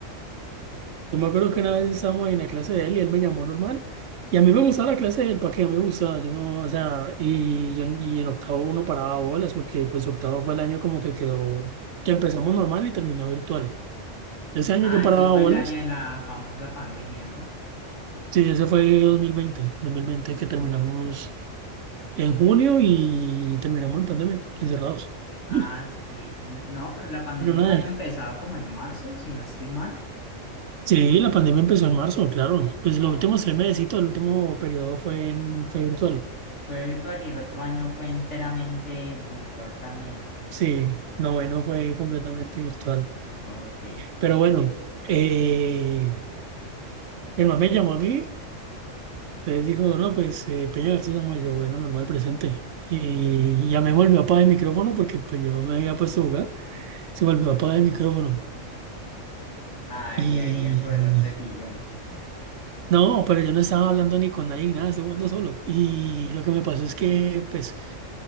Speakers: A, on the right; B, on the left.
A: Yo me acuerdo que una vez estábamos en la clase de él y él me llamó normal. Y a mí me gustaba la clase de él, ¿para qué A mí me gustaba? Yo no, o sea, y, yo, y en octavo uno paraba bolas, porque pues octavo fue el año como que quedó, que empezamos normal y terminó virtual. Ese año
B: Ah,
A: yo paraba
B: ese fue
A: bolas,
B: el año de la famosa pandemia, ¿no?
A: sí, ese fue dos dos mil veinte dos mil veinte que terminamos en junio y terminamos en pandemia, encerrados.
B: Ah,
A: Y-
B: sí. n- No, pero la pandemia
A: Pero nada,
B: no había empezado como en marzo, si no estoy mal.
A: sí, la pandemia empezó en marzo, claro. Pues
B: Ah,
A: los últimos
B: ok.
A: tres meses, el último periodo fue, en- fue virtual.
B: Fue virtual y el otro año fue enteramente virtual también.
A: Sí, noveno fue completamente virtual.
B: Ok.
A: Pero bueno, eh, el man me llamó a mí, entonces dijo, no, pues eh, Peña García Samuel, yo, bueno, normal, presente. Y ya me volvió a apagar el micrófono porque pues yo me había puesto a jugar, se me olvidó apagar el micrófono.
B: Ay,
A: Y
B: ahí el profesor te pilló.
A: no, pero yo no estaba hablando ni con nadie, ni nada, estaba jugando solo. Y lo que me pasó es que, pues,